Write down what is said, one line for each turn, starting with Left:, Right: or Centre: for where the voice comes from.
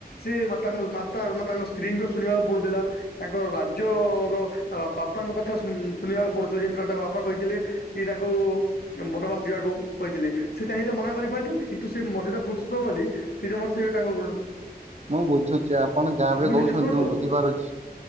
Left: ସିଏ ମାତା ମାତାଙ୍କ ସ୍ତ୍ରୀଙ୍କ ଶୁଣିବାକୁ ପଡ଼ୁଥିଲା। ତାଙ୍କର ରାଜ୍ୟର ବାପାଙ୍କ କଥା ଶୁଣିବାକୁ ପଢ଼ୁଥିଲେ ଯେମିତି ତାଙ୍କ ବାପା କହିଥିଲେ। କି ତାକୁ ବନବାସ ଯିବାକୁ କହିଥିଲେ ସେଚାହିଁଲେ ମନା କରିପାରିଥାନ୍ତେ କିନ୍ତୁ ସେମର୍ଯ୍ୟାଦା ପୁରୁଷୋତ୍ତମ ବୋଲି ସେ ଯମା ସେଇ ଟାଙ୍କ ଗ୍ର
Right: ମୁଁ ବୁଝୁଛି ଆପଣ ଯାହାବି
Left: ବୁଝିଲେ
Right: କହୁଚନ୍ତି
Left: ଶୁଣନ୍ତୁ
Right: ମୁଁ ବୁଝିପାରୁଛି।